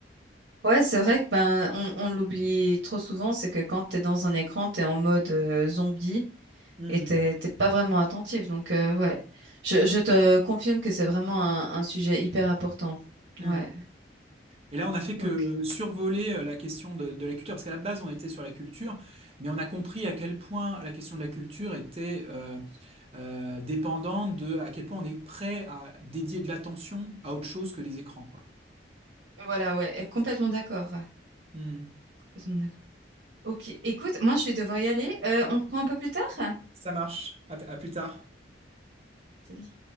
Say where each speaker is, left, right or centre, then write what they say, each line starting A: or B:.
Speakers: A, on the right (about 75°); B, on the right (about 35°).
A: Ouais, c'est vrai que ben, on, on l'oublie trop souvent, c'est que quand t'es dans un écran, t'es en mode euh, zombie
B: Hmm,
A: et t'es t'es pas vraiment attentif. Donc, euh, ouais, je, je te confirme que c'est vraiment un, un sujet hyper important.
B: hmm.
A: Ouais,
B: Et là, on a fait que
A: ok.
B: survoler euh, la question de, de la culture, parce qu'à la base, on était sur la culture, mais on a compris à quel point la question de la culture était euh, euh, dépendante de à quel point on est prêt à dédier de l'attention à autre chose que les écrans, quoi.
A: Voilà, ouais, complètement d'accord.
B: Hmm.
A: Complètement d'accord. Ok, écoute, moi je vais devoir y aller. Euh, on reprend un peu plus tard?
B: Ça marche. à à plus tard.
A: Salut.